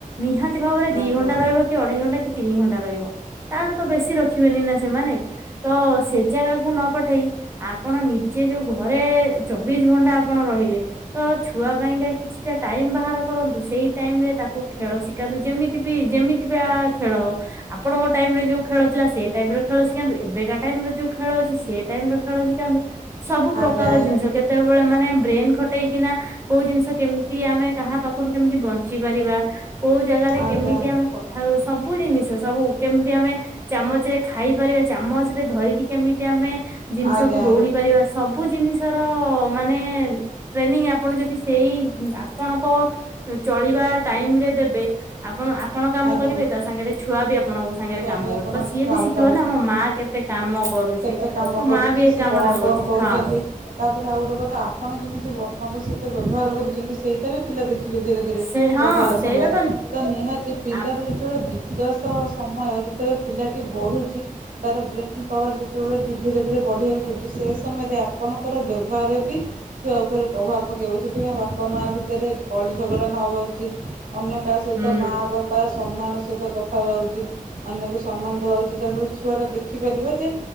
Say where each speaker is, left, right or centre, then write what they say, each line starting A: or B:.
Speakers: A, on the right; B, on the right.
A: ନିହାତି ଭାବରେ ଦି
B: ଆଜ୍ଞା
A: ଘଣ୍ଟା ରହିବ। କି ଘଣ୍ଟା କି ତିନି ଘଣ୍ଟା ରହିବ ତାଠୁ ତ ବେଶୀ ରଖିବେନି ନା ସେମାନେ ତ ସେ ଜାଗାକୁ ନ ପଠେଇ ଆପଣ ନିଜେ ଯୋଉ ଘରେ ଚବିଶ ଘଣ୍ଟା ଆପଣ ରହିଲେ ତ ଛୁଆ ପାଇଁକା କିଛିଟା ଟାଇମ ବାହାର କରନ୍ତୁ। ସେଇ ଟାଇମ ରେ ତାକୁ ଖେଳ ଶିଖାନ୍ତୁ ଯେମିତି ବି ଯେମି ତି ଖେଳ ହଉ ଆପଣଙ୍କ ଟାଇମ ରେ ଯୋଉ ଖେଳ ଥିଲା ସେଇ ଟାଇମ ରେ ଖେଳ ଶିଖାନ୍ତୁ ଏବେକା ଟାଇମ ରେ ଯୋଉ ଖେଳ ସେ ଟାଇମ ର ଖେଳ ଶିଖାନ୍ତୁ ସବୁ ପ୍ରକାର
B: ଆଜ୍ଞା ଆଜ୍ଞା
A: ଜିନିଷ କେତେବେଳେ ମାନେ ବ୍ରେନ ଖ ଟେଇକିନା କୋଉ ଜିନିଷ କେମିତି ଆମେ କାହା ପାଖରୁ କେମିତି ବଞ୍ଚି ପାରିବା? କୋଉ ଜାଗାରେ
B: ଆଜ୍ଞା
A: କେମିତି ଆମେ କ ସବୁ ଜିନିଷ ସବୁ କେମିତି ଆମେ ଚାମଚରେ ଖାଇପାରିବା ଚାମଚ ରେ ଧରିକି କେମିତି ଆମେ ଜିନିଷକୁ
B: ଆଜ୍ଞା
A: ଦୌଡି ପାରିବା ସବୁ ଜିନିଷର ମାନେ ଟ୍ରେନିଂ ଆପଣ ଯଦି ସେଇ ଆପଣଙ୍କ ଚଳିବା ଟାଇମରେ ଦେବେ ଆପଣ ଆପ
B: ଆଜ୍ଞା
A: ଣ କରିବେ
B: ଆଜ୍ଞା
A: ତା ସାଙ୍ଗରେ ଛୁଆ ବି ଆପଣଙ୍କ ସାଙ୍ଗରେ
B: ଛୁଆ
A: କାମ
B: ବି ଆପଣ
A: କରୁ ତ ସିଏ
B: କାମ
A: ବି ଶିଖିବ ନା ଆମ ମା କେତେ କାମ କରୁଛି।
B: ମତେ କାମ
A: ମୋ
B: କରୁଚି
A: ମା ବି ଏଇ
B: ସେ
A: କାମ
B: କଣ
A: ଟା
B: କଣ
A: କରୁଛି
B: କରୁଚନ୍ତି
A: ହଁ
B: ତାପରେ ଆଉ ଗୋଟେ କଥା ଆପଣ କେମିତି ବ ଆପଣଙ୍କ ସହିତ ବ୍ୟବହାର କରୁଚନ୍ତି ସେଇଟା ବି ପିଲା ଦେଖି ଧୀରେ ଧୀରେ
A: ସେ ହଁ
B: ବଡ ହେଲା
A: ସେଇଟା
B: ସମୟରେ ତ ନିହାତି ପିଲାର
A: ଆ
B: ଯେତେବେଳେ ବିକାଶ ସମୟ ଯେତେବେଳେ ପିଲାଟି ବଢୁଚି, ତାର ବ୍ରେନ ପାୱାର ଯେତେବେଳେ ଧୀରେ ଧୀରେ ବଢ଼ିବାକୁ ଚାହୁଚି ସେ ସମୟରେ ଆପଣଙ୍କର ବ୍ୟବହାରରେ ବି ଛୁଆ ଉପରେ ପ୍ରଭାବ ପକାଇବ ସେଥିପାଇଁ ବା ବପା ମା ଭିତରେ କଳି ଝଗଡ଼ା ନ ହେେବା ଉଚିତ ଅନ୍ୟ କାହା ସହିତ
A: ହୁଁ
B: ମା ବାପା ସମ୍ମାନ ସହିତ କଥା ହେବା ଉଚିତ୍ ଅନ୍ୟକୁ ସମ୍ମାନ ଦେବା ଉଚିତ୍। ତାପରେ ଛୁଆଟା ଦେଖିପାରିବ ଯେ